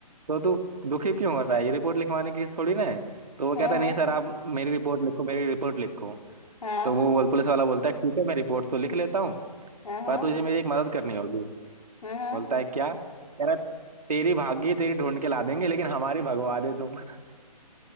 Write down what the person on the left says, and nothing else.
हाँ
हाँ
हाँ
हाँ हाँ
हाँ हाँ।